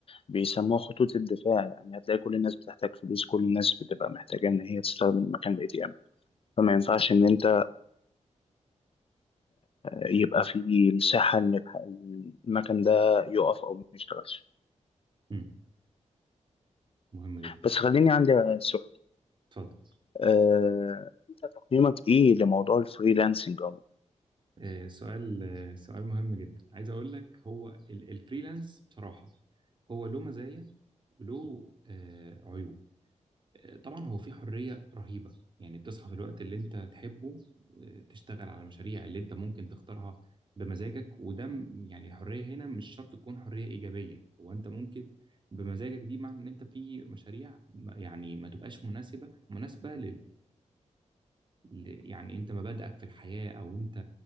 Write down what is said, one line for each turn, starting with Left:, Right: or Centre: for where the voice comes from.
Left: بيسموها خطوط الدفاع يعني هتلاقي كل الناس بتحتاج فلوس كل الناس بتبقى محتاجة إن هي تستخدم مكان ال ATM فما ينفعش إن أنت يبقى في مساحة إن الح- المكان ده يقف أو ما يشتغلش
Right: امم مهم جدا
Left: بس خليني عندي سؤال
Right: اتفضل
Left: آه، أنت تقييمك إيه لموضوع الفريلانسنج
Right: آه، سؤال آه، سؤال مهم جدا عايز اقول لك هو ال- الفريلانس بصراحة هو له مزايا وله آه، عيوب آه، طبعا هو فيه حرية رهيبة يعني بتصحى في الوقت اللي انت تحبه آه، تشتغل على المشاريع اللي انت ممكن تختارها بمزاجك وده م- يعني الحرية هنا مش شرط تكون حرية إيجابية هو انت ممكن بمزاجك دي معنى ان انت في مشاريع ما- يعني ما تبقاش مناسبة مناسبة ل- يعني انت مبادئك في الحياة او انت